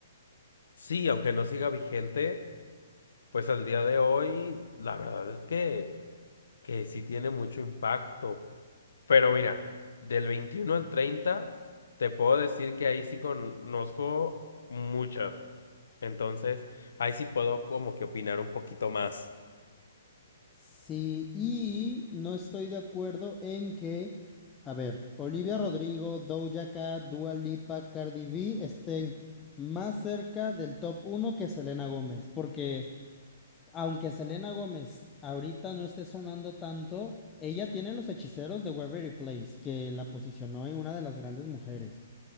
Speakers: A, on the left; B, on the left.
A: Sí, aunque no siga vigente, pues al día de hoy, la verdad es que que sí tiene mucho impacto. Pero mira, del 21 al 30 te puedo decir que ahí sí conozco muchas. Entonces, ahí sí puedo como que opinar un poquito más.
B: Sí, y no estoy de acuerdo en que, a ver, Olivia Rodrigo, Doja Cat, Dua Lipa, Cardi B estén más cerca del top uno que Selena Gómez, porque aunque Selena Gómez ahorita no esté sonando tanto, ella tiene los hechiceros de Waverly Place, que la posicionó en una de las grandes mujeres.